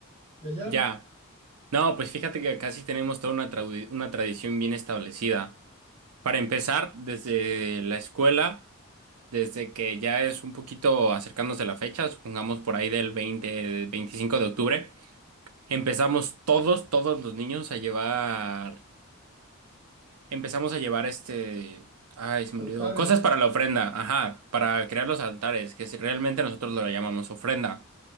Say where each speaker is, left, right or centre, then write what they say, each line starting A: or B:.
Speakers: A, on the right (about 25°); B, on the right (about 85°).
A: Y allá,
B: Ya. No, pues fíjate que casi tenemos toda una, trau- una tradición bien establecida. Para empezar, desde la escuela, desde que ya es un poquito acercándose la fecha, supongamos por ahí del 20, 25 de octubre, empezamos todos, todos los niños a llevar Empezamos a llevar este... Ay, se me
A: altares.
B: olvidó. Cosas para la ofrenda, ajá, para crear los altares, que si realmente nosotros lo llamamos ofrenda.